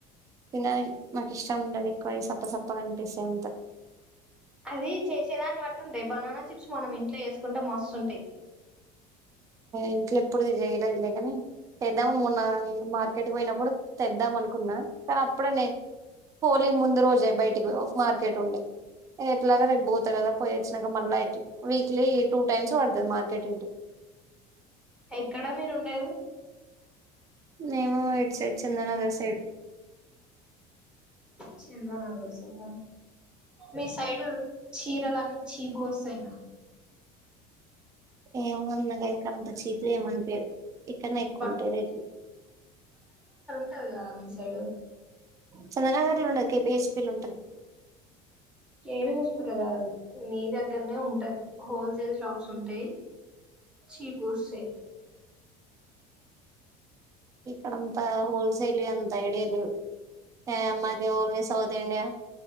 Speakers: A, on the right; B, in the centre.
A: తిన మాకు ఇష్టం ఉండదు ఎక్కువ ఈ సప్ప సప్పగా కనిపిస్తే అంత
B: అది చేసేదాన్ని బట్టు ఉంటాయి బనానా చిప్స్ మనం ఇంట్లో వేసుకుంటే మస్తుంటాయి
A: ఇంట్లో ఎప్పుడు చేయలేదులే కాని తెద్దాం మొన్న మార్కెట్కి పోయినప్పుడు తెద్దాం అనుకున్నా కానీ అప్పుడ న హోలీ ముందు రోజే బయటికి మార్కెట్ ఉండే ఎట్లాగా రేపు పోతా కదా పోయి వచ్చినాక మళ్ళీ వీక్లీ టూ టైమ్స్ పడుతుంది మార్కెట్ ఇటు
B: ఎక్కడా మీరు ఉండేది
A: నేమ వడ్ సైడ్ చంద్రనగర్ సైడ్
B: చిందనదుసింద మీ సైడ్ చీరలు అన్ని చీపు వస్తాయినా
A: ఏమన్నా ఇక్కడ అంత చీట్లు ఏమంట ఇక్కడన్నా ఎక్కువంటేయిట్లు
B: బట్ అ ఈ సైడు
A: చందనగర్ లో ఉండది కెపిహెచ్పి లో ఉంటది
B: ఏమి హస్పిట కాదు మీ దగ్గరనే ఉంటది హోల్సేల్ షాప్స్ ఉంటాయి చీపు వస్తాయి
A: ఇక్కడంతా హోల్సేల్ అంత ఐడియాాల అ మాగ only South India